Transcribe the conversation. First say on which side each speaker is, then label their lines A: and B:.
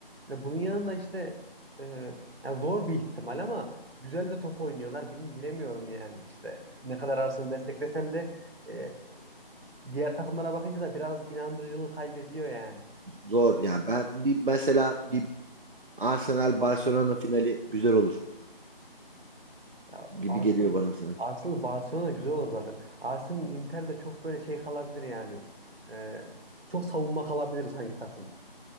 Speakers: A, on the right; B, on the right.
A: Yani bunun yanında işte e, yani zor bir ihtimal ama güzel de top oynuyorlar. Bil- bilemiyorum yani işte ne kadar Arsenal'ı desteklesem de e, diğer takımlara bakınca da biraz inandırıcılığını kaybediyor yani.
B: Zor yani ben bir mesela bir Arsenal Barcelona finali güzel olur
A: Ya
B: gibi
A: Arsenal
B: geliyor bana sanki.
A: Arsenal Barcelona güzel olur zaten. Arsenal Inter de çok böyle şey kalabilir yani. E, çok savunma kalabilir sanki takım.